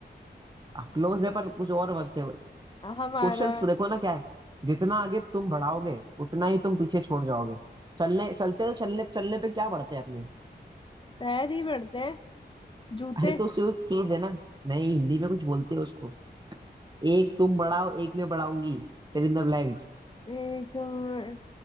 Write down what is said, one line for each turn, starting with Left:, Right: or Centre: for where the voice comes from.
Right: क्लोज है पर कुछ और वक्त है
Left: हमारा
Right: क्वेश्चंस देखो ना क्या है जितना आगे तुम बढ़ाओगे उतना ही तुम पीछे छोड़ जाओगे चलने चलते तो चलने चलने पे क्या बढ़ते हैं अपने
Left: पैर ही बढ़ते हैं जूते
Right: अरे तो सिर्फ चीज है ना नहीं हिंदी में कुछ बोलते हैं उसको एक तुम बढ़ाओ एक मैं बढ़ाऊंगी फिर इन द ब्लैंक्स
Left: एक अ,